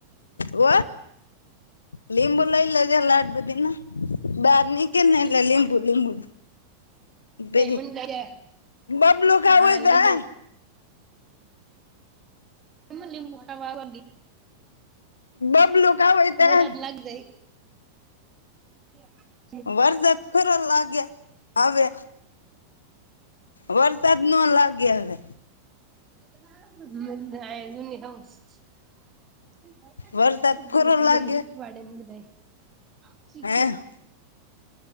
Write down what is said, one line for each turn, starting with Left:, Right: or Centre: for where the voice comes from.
Left: વ લીંબુ લઈ લેજે લાટ બધીના બહાર નીકળે ને એટલે
Right: તો
Left: લીંબુ લીંબુ પેરી
Right: બધા
Left: બોબલો ખાવું
Right: હા
Left: હોય
Right: લીંબુ
Left: તો.
Right: લીંબુ ખાવાલી
Left: બબલું ખાવું હોય તો
Right: વરાદ
Left: હાલ
Right: લાગ જાય <inaudible>
Left: વરસાદ ખરા લાગે હવે વરસાદ ન લાગે હવે.
Right: <unintelligible> <unintelligible>
Left: વરસાદ ખરો લાગે
Right: શીખે
Left: હે